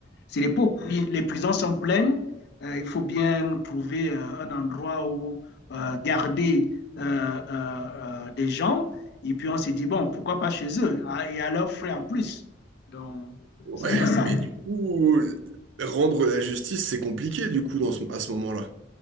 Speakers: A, on the left; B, on the right.
A: C'est l'époque. Oui, Les prisons sont pleines. Euh, il faut bien trouver euh, un endroit où euh, garder euh, euh, euh, des gens. Et puis on s'est dit, bon, pourquoi pas chez eux, Ah, et à leurs frais en plus. Donc,
B: Ouais,
A: c'est un peu ça.
B: mais du coup, rendre la justice, c'est compliqué du coup dans ce- à ce moment-là.